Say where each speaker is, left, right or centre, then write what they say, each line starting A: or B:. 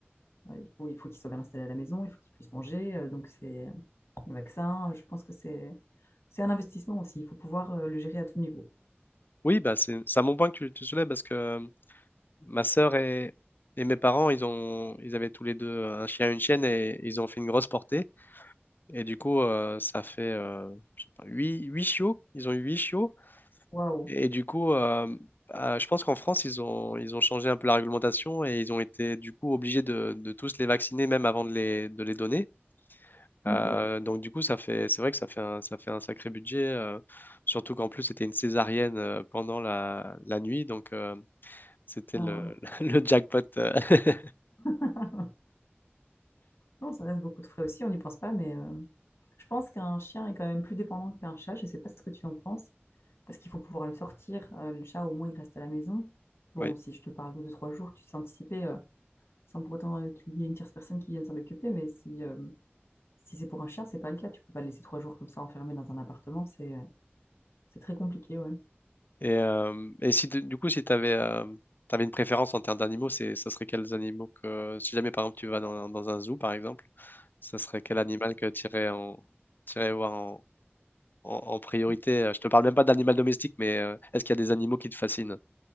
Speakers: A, on the left; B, on the left.
A: euh, il faut, il faut qu'il soit bien installé à la maison. Il faut qu'il puisse manger. euh, donc, c'est le vaccin. Je pense que c'est c'est un investissement aussi. Il faut pouvoir euh, le gérer à tout niveau.
B: Oui, bah c'est c'est un bon point que tu, tu soulèves parce que euh, ma sœur et, et mes parents, ils ont, ils avaient tous les deux un chien et une chienne et ils ont fait une grosse portée. Et du coup, euh, ça fait, euh, je sais pas, huit huit chiots. Ils ont eu 8 chiots.
A: Waouh.
B: Et du coup, euh, euh, je pense qu'en France, ils ont, ils ont changé un peu la réglementation et ils ont été du coup obligés de, de tous les vacciner même avant de les, de les donner.
A: OK.
B: Euh, donc du coup, ça fait, c'est vrai que ça fait un, ça fait un sacré budget. euh, surtout qu'en plus, c'était une césarienne euh, pendant la, la nuit. Donc euh, c'était
A: Ah,
B: le,
A: waouh.
B: <laughs> le jackpot. euh, <laughs>
A: <laughs> Non, ça reste beaucoup de frais aussi. On n'y pense pas. Mais euh, je pense qu'un chien est quand même plus dépendant qu'un chat. Je ne sais pas ce que tu en penses. Parce qu'il faut pouvoir le sortir. Euh, le chat, au moins, il reste à la maison. Bon,
B: ouais.
A: si je te parle de deux, trois jours, tu sais anticiper. sans pour autant euh, qu'il y ait une tierce personne qui vienne s'en occuper. Mais si, euh, si c'est pour un chien, c'est pas le cas. Tu peux pas le laisser trois jours comme ça enfermé dans un appartement. C'est euh, c'est très compliqué, ouais.
B: Et, euh, et si tu- du coup, si tu avais, une préférence en termes d'animaux, c'est, ça serait quels animaux que, si jamais par exemple tu vas dans, un dans un zoo par exemple, ça serait quel animal que tu irais, en, t'irais voir en, en- en priorité?
A: Mm.
B: Je te parle même pas d'animal domestique, mais euh, est-ce qu'il y a des animaux qui te fascinent?